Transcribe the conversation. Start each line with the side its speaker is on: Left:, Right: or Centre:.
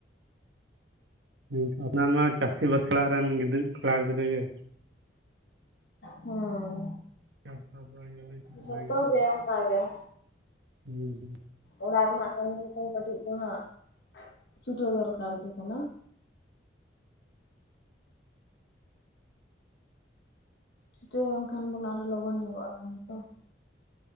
Right: ᱦᱚᱸ ᱟᱯᱱᱟᱨ ᱢᱟ ᱪᱟᱹᱥᱤ ᱵᱟᱥᱚᱲᱟᱜ ᱨᱮᱱ, ᱜᱤᱫᱽᱨᱟᱹ ᱠᱚᱲᱟ ᱜᱤᱫᱽᱨᱟᱹ ᱜᱮ᱾
Left: ᱦᱮᱸ
Right: ᱪᱟᱥᱵᱟᱥ ᱵᱟᱭ ᱜᱟᱱᱚᱜ
Left: ᱡᱚᱛᱚ
Right: ᱵᱟᱭ ᱜᱟᱱᱚᱜᱼᱟ
Left: ᱜᱮ ᱚᱝᱠᱟ ᱜᱮ᱾
Right: ᱦᱩᱸ, ᱦᱩᱸ᱾
Left: ᱚᱲᱟᱜ ᱨᱮᱱᱟᱜ ᱠᱟᱹᱢᱤ ᱠᱚᱛᱚ, ᱠᱟᱹᱴᱤᱡ ᱫᱚ ᱦᱟᱸᱜ ᱪᱷᱩᱴᱟᱹᱣ ᱫᱚᱨᱠᱟᱨ ᱜᱮ ᱠᱟᱱᱟ᱾ ᱪᱷᱩᱴᱟᱹᱣ ᱞᱮᱱ ᱠᱷᱟᱱ ᱵᱚᱱ, ᱟᱨᱦᱚᱸ ᱞᱚᱜᱚᱱ ᱧᱚᱜᱚᱜᱼᱟ ᱠᱟᱹᱢᱤ ᱠᱚ᱾